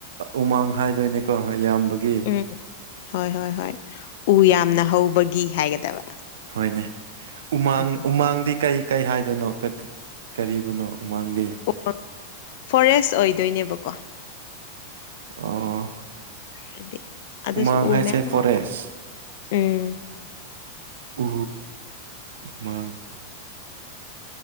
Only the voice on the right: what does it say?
ꯎꯃꯥꯡ ꯍꯥꯏꯗꯣꯏꯅꯦꯀꯣ ꯃꯌꯥꯝꯕꯒꯤ
ꯍꯣꯏꯅꯦ ꯎꯃꯥꯡ
ꯎꯃꯥꯡꯗꯤ ꯀꯩ ꯀꯩ ꯍꯥꯏꯗꯣꯏꯅꯣ ꯀꯔꯤꯕꯨꯅꯣ ꯎꯃꯥꯡꯗꯤ
ꯑꯣ
ꯎꯃꯥꯡ
ꯍꯥꯏꯁꯦ
ꯐꯣꯔꯦꯁ
ꯎ ꯎꯃꯥꯡ